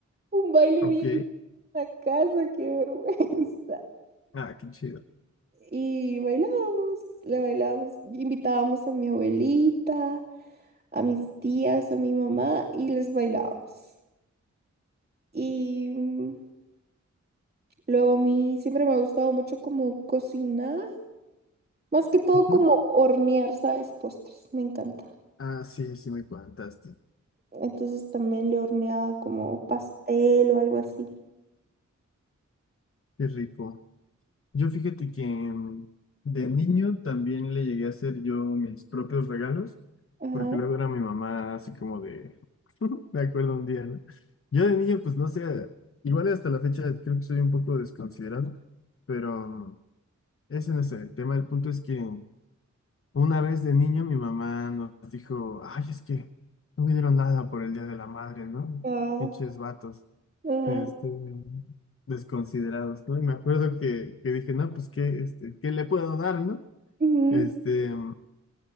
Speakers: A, on the right; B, on the left.
A: un baile
B: Ok.
A: bien en la casa, qué vergüenza.
B: Ah, qué chido.
A: Y bailábamos, le bailábamos, invitábamos a mi abuelita, a mis tías, a mi mamá y les bailábamos. Y mm, luego a mí siempre me ha gustado mucho como cocinar, más que todo
B: Ujú.
A: como hornear, ¿sabes? Postres, me encanta.
B: Ah, sí, sí me contaste.
A: Entonces también le horneaba como pastel o algo así.
B: Qué rico. Yo fíjate que mm, de niño también le llegué a hacer yo mis propios regalos,
A: Ajá,
B: porque luego era mi mamá así como de, <laughs> me acuerdo un día, ¿no? Yo de niño, pues no sé, igual hasta la fecha creo que soy un poco desconsiderado, pero mm, ese no es el tema. El punto es que una vez de niño mi mamá nos dijo, ay, es que no me dieron nada por el Día de la Madre, ¿no?
A: ah,
B: Pinches vatos
A: ajá.
B: este, desconsiderados, ¿no? Y me acuerdo que, que dije, no, pues, ¿qué, este, qué le puedo dar, no?
A: Ujú.
B: Este,